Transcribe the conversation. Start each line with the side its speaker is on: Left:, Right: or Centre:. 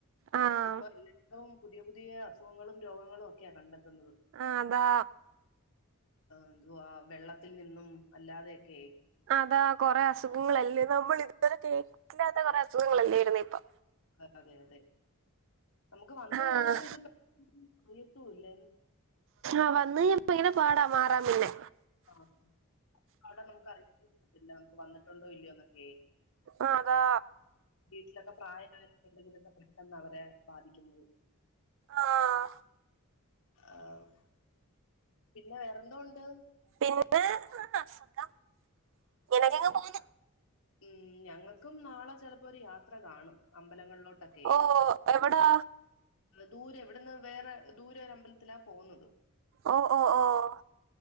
Right: ആഹ്
Left: ഇപ്പ എല്ലാ വും പുതിയ പുതിയ അസുഖങ്ങളും രോഗങ്ങളും ഒക്കെയാ കണ്ടെത്തുന്നത്
Right: ആഹ് താ
Left: എന്തുവാ വെള്ളത്തിൽ നിന്നും അല്ലാതെയൊക്കെയായി
Right: അതാ കുറെ അസുഖങ്ങളല്ലേ നമ്മൾ ഇതുവരെ കേട്ടിട്ടില്ലാത്ത കുറെ അസുഖങ്ങളല്ലേയിരുന്നു ഇപ്പൊ
Left: അതെ അതെ അതെ നമുക്ക് വന്ന്
Right: ആഹ്
Left: കഴിഞ്ഞാൽ ഇത് അറീയത്തൂല്ല
Right: ആഹ് വന്ന് കഴിഞ്ഞാൽ ഭയങ്കര പാടാ മാറാൻ പിന്നെ
Left: ആഹ് അവിടെ നമുക്ക്റിയില്ല നമുക്ക് വന്നിട്ടുണ്ടോ ഇല്ലിയോന്നൊക്കെ
Right: ആഹ് അതാ
Left: വീട്ടിലൊക്കെ പ്രായം ആയവരൊക്കെ ഉണ്ടെങ്കിലൊക്കെ പെട്ടെന്ന് അവരെ ബാധിക്കുന്നത്
Right: ആഹ്
Left: ആഹ് പിന്നെ വേറെന്തൊണ്ട്
Right: പിന്നെ സുഖം ഇങ്ങനെ ഒക്കെ അങ്ങ് പോകുന്നു
Left: ഉം ഞങ്ങൾക്കും നാളെ ചെലപ്പോ ഒരു യാത്ര കാണും അമ്പലങ്ങളിലോട്ടൊക്കെ
Right: ഓ എവിടാ
Left: ദൂരെ വിടെന്ന് വേറെ ദൂരെ ഒരു അമ്പലത്തിലാ പോകുന്നത്
Right: ഓ ഓ ഓ